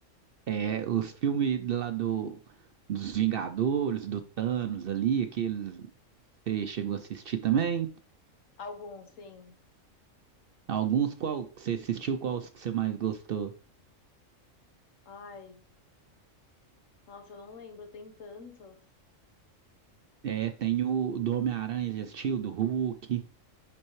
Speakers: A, on the right; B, on the left.
A: É, os filmes lá do, dos Vingadores, do Thanos ali, aqueles você chegou a assistir também?
B: Alguns, sim.
A: Alguns, qual que você assistiu, quais que você mais gostou?
B: Ai, nossa, eu não lembro, tem tantos.
A: É, tem o do Homem-Aranha, já assistiu? Do Hulk,